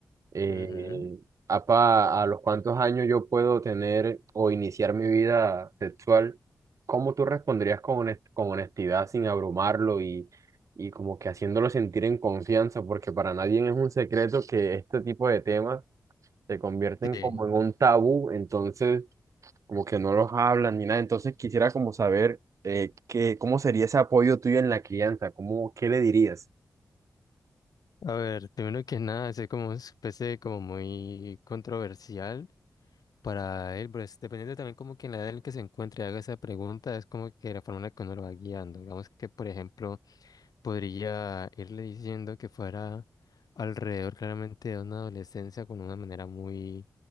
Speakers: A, on the right; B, on the left.
A: eh,
B: ujú,
A: apa, ¿a los cuántos años yo puedo tener o iniciar mi vida sexual? ¿Cómo tú responderías con, honest- con honestidad sin abrumarlo y, y como que haciéndolo sentir en confianza? Porque para nadie es un secreto que este tipo de temas se convierten
B: Sí.
A: como en un tabú, entonces como que no los hablan ni nada. Entonces quisiera como saber eh, qué, cómo sería ese apoyo tuyo en la crianza, cómo, qué le dirías.
B: A ver, primero que nada, es como especie como muy controversial para él, pero es dependiendo también como que en la edad en que se encuentre y haga esa pregunta, es como que la forma en la que uno lo va guiando. Digamos que, por ejemplo, podría irle diciendo que fuera alrededor claramente de una adolescencia con una manera muy,